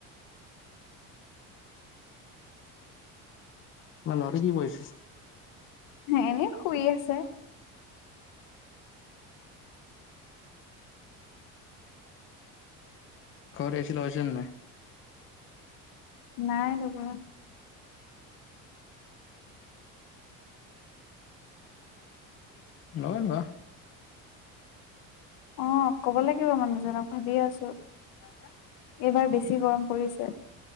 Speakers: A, on the left (about 35°); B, on the left (about 70°).
A: ন লৰাটো কি কৰি‌ আছে?
B: এনেই শুই আছে।
A: ঘৰত এই চি লগাইছিল নাই?
B: নাই লগোৱা।
A: লগা লগা।
B: অ ক'ব লাগিব মানুহজনক, ভাবিয়ে আছো।
A: পা।
B: এইবাৰ বেছি গৰম পৰিছে।